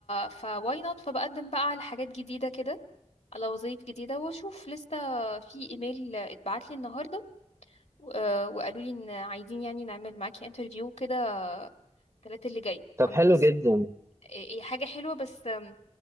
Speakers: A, on the left; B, on the right.
A: ف why not فبقدم بقى على حاجات جديده كده على وظايف جديدة واشوف لسه في ايميل اتبعت لي النهاردة آه، وقالوا لي ان عايزين يعني نعمل معاكي انترفيو كده الثلاث اللي جاي
B: طب
A: فبس
B: حلو جدا
A: هي حاجة حلوة بس آم،